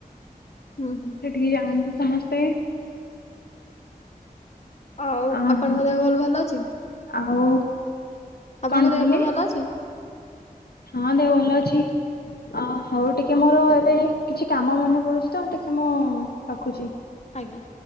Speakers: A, on the left; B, on the left.
A: ହୁଁ ହୁଁ
B: ସେ ଟିକେ ଜାଣନ୍ତି ସମସ୍ତେ
A: ଆଉ
B: ଅ
A: ଆପଣଙ୍କ
B: ହଁ
A: ଦେହ ଭଲ ଭଲ ଅଛି?
B: ଆଉ
A: ଆପଣଙ୍କ
B: କଣ କହିଲେ
A: ଦେହ ପା ଭଲ ଅଛି?
B: ହଁ ଦେ ଭଲ ଅଛି ଅ ହଉ ଟିକେ ମୋର ଏ କିଛି କାମ ମନେ ପଡୁଛି ତ ଟିକେ ମୁଁ ରଖୁଛି।
A: ଆଜ୍ଞା